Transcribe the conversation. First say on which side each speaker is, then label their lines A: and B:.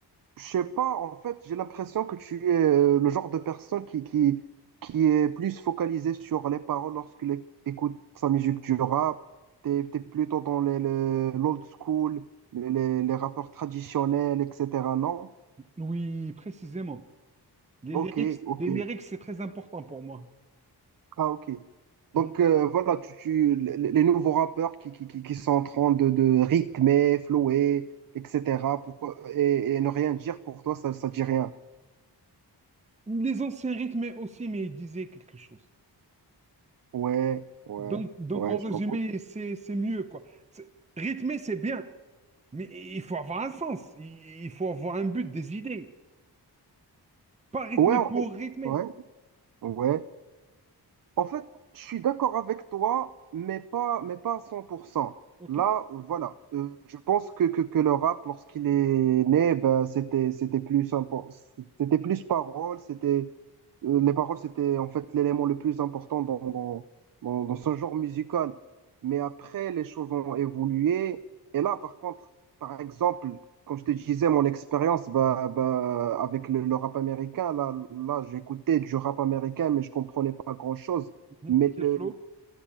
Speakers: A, on the right; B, on the right.
A: Je sais pas, en fait, j'ai l'impression que tu es euh, le genre de personne qui, qui, qui est plus focalisée sur les paroles lorsqu'il écoute sa musique du rap. T'es, t'es plutôt dans les, les- l'old school, les, les, les rappeurs traditionnels, etc. Non?
B: Oui, précisément. Les
A: Ok,
B: lyrics,
A: ok.
B: les lyrics, c'est très important pour moi.
A: Ah, ok.
B: Mhm,
A: Donc, euh, voilà, tu, tu, les, les nouveaux rappeurs qui, qui, qui, qui sont en train de, de rythmer, flower, etc. Pourquoi, et, et ne rien dire pour toi, ça, ça dit rien.
B: mhm. Les anciens rythmes aussi, mais ils disaient quelque chose.
A: Ouais, ouais,
B: Donc, donc
A: ouais,
B: en résumé,
A: je comprends.
B: c'est c'est mieux, quoi. C'est- Rythmer, c'est bien, mais il faut avoir un sens. Il, il faut avoir un but, des idées. Pas rythmer
A: Ouais, en
B: pour
A: fait,
B: rythmer.
A: ouais, ouais. En fait, je suis d'accord avec toi, mais pas, mais pas à cent pour cent
B: OK?
A: Là, voilà. Euh, je pense que, que, que le rap, lorsqu'il est né, ben, c'était, c'était plus, impo- c'était plus parole, c'était, euh, Les paroles, c'était en fait l'élément le plus important dans, dans, dans, dans ce genre musical. Mais après, les choses ont évolué. Et là, par contre, par exemple, comme je te disais, mon expérience bah, bah, avec le, le rap américain, là, là j'écoutais du rap américain, mais je comprenais pas grand-chose.
B: Mhm,
A: Mais
B: C'est
A: le,
B: le flow.